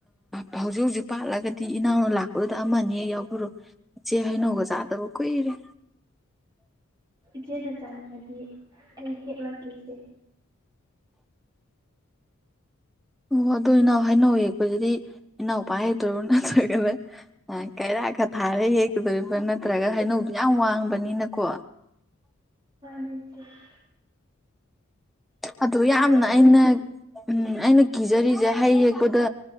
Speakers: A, in the centre; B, on the right (about 20°).
A: ꯑ ꯍꯧꯖꯤꯛ ꯍꯧꯖꯤꯛ ꯄꯥꯜꯂꯒꯗꯤ ꯏꯅꯥꯎꯅ ꯂꯥꯛꯄꯗꯨꯗ ꯑꯃꯤ ꯑꯅꯤ ꯍꯦꯛ ꯌꯥꯎꯕꯤꯔꯣ ꯏꯆꯦ ꯍꯩꯅꯧꯒ ꯆꯥꯗꯕ ꯀꯨꯏꯔꯦ
B: ꯏꯆꯦꯅ ꯆꯥꯅꯤꯡꯉꯗꯤ ꯑꯩ ꯍꯦꯛꯂꯛꯀꯦ ꯏꯆꯦ
A: ꯑꯣ ꯑꯗꯣ ꯏꯅꯥꯎ ꯍꯥꯏꯅꯥꯎ ꯍꯦꯛꯄꯁꯤꯗꯤ ꯏꯅꯥꯎꯄꯥꯅ ꯍꯛꯇꯣꯏꯔꯣ ꯅꯠꯇ꯭ꯔꯒꯅ ꯀꯩꯔꯥꯛ ꯀ ꯊꯥꯔꯦ ꯍꯦꯛꯀꯗꯣꯔꯤꯕ ꯅꯠꯇ꯭ꯔꯒ ꯍꯩꯅꯧꯗꯨ ꯌꯥꯝ ꯋꯥꯡꯕꯅꯤꯅꯀꯣ
B: <unintelligible>
A: ꯑꯗꯨ
B: ꯑꯗꯣ
A: ꯌꯥꯝꯅ
B: ꯏꯆꯦ
A: ꯑꯩꯅ
B: ꯍꯥꯏꯗꯤ
A: ꯎꯝ ꯑꯩꯅ ꯀꯤꯖꯔꯤꯁꯦ ꯍꯩ ꯍꯦꯛꯄꯗ